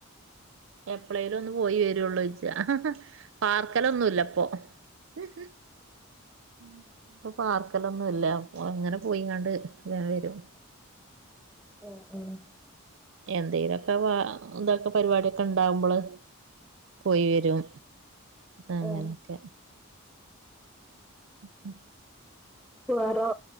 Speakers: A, on the right; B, in the centre.
A: എപ്പളേലു ഒന്ന് പോയി വര്വേള്ളു ഇജ്ജാ. പാർക്കലൊന്നുല്ലപ്പൊ? <inaudible> ഇപ്പ പാർക്കലൊന്നു ഇല്ല. അപ്പൊ അങ്ങനെ പോയിങ്ങാണ്ട് വേം വരും.
B: ആഹ് ആഹ്
A: എന്തേല്വൊക്കെ വാ ഇതൊക്കെ പരിപാടിയൊക്കെ ഇണ്ടാവുമ്പള് പോയി വരും. അങ്ങനെയൊക്കെ
B: ആഹ് ആഹ്
A: ഉ <unintelligible>
B: ചോറോ